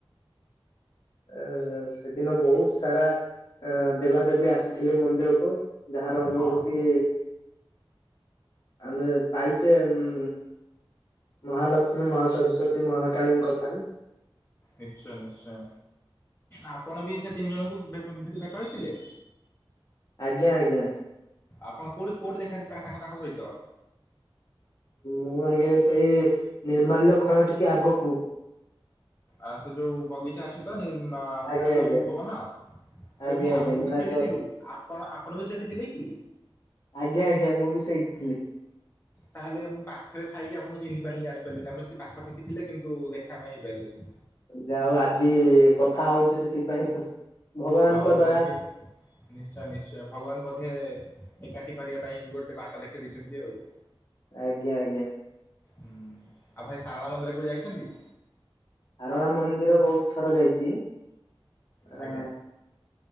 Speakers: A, on the left; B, on the left.
A: ଏ ସେ ଦିନକୁ ସାରା ଆ ଦେବାଦେବୀ ଆସିଥିବେ ମନ୍ଦିରକୁ ଯାହାର ଅନୁଭୂତି
B: ହଁ ହଁ
A: ଆମେ ପାଇଚେ ଉମ ମହାଲକ୍ଷ୍ମୀ, ମହା ସରସ୍ଵତୀ, ମହାକାଳୀଙ୍କ ଠାରୁ।
B: ନିଶ୍ଚୟ ନିଶ୍ଚୟ। ଆପଣ ବି ସେ ତିନି ଜଣଙ୍କୁ ବେ ବେ ଭେଟ ହେଇଥିଲେ?
A: ଆଜ୍ଞା ଆଜ୍ଞା।
B: ଆପଣ କୋଉଠି କୋଉଠି ଦେଖାଥିଲେ ତାଙ୍କ ତାଙ୍କ ତାଙ୍କ ସହିତ?
A: ମୁଁ ଆଜ୍ଞ ସେଇ ନିର୍ମାଲ୍ୟ ଖଳା ଟିକେ ଆଗକୁ।
B: ଆ ସେ ଯୋଉ ବଗିଚା ଅଛି? ତ ନିର୍ମା ନୀଳାଚଳକୁ
A: ଆଜ୍ଞା ଆଜ୍ଞା
B: ଉପବନ। ଆରେ
A: ଆଜ୍ଞା
B: ଭାଇ
A: ଆଜ୍ଞା
B: ଆମେ ବି
A: ନୀଳାଚଳ
B: ତ ସେଇଠି ଥିଲୁ। ଆପଣ ଆପଣ ବି ସେଇଠି ଥିଲେ କି?
A: ଆଜ୍ଞା ଆଜ୍ଞା ମୁଁ ବି ସେଇଠି ଥିଲି।
B: ତାହେଲେ ମୁଁ ପାଖରେ ଥାଇକି ଆପଣଙ୍କୁ ଚିହ୍ନିପାରଲି ଜାଣିପାରଲିନି ଆମେ ସେ ପାଖାପାଖି ଥିଲେ କିନ୍ତୁ ଦେଖାବା ହେଇପାରଲେନି।
A: ଯାହା ହୋଉ ଆଜି କଥା ହଉଚେ ସେଥିପାଇଁ। ଭଗବାନଙ୍କ
B: ହଁ
A: ଦୟା
B: ବୋଧେ। ନିଶ୍ଚୟ ନିଶ୍ଚୟ ଭଗବାନ ବୋଧେ ଏକାଠି କରିବା ପାଇଁ କି ଗୋଟେ ବାଟ ଦେଖେଇଚନ୍ତି ଆଉ। <inaudible>
A: ଆଜ୍ଞା ଆଜ୍ଞା।
B: ହୁଁ ଆଉ ଭାଇ ସାରଳା ମନ୍ଦିର କେବେ ଯାଇଚନ୍ତି?
A: ସାରଳା ମନ୍ଦିର ବହୁତ ଥର ଯାଇଚି
B: ଆଜ୍ଞା
A: ଆ।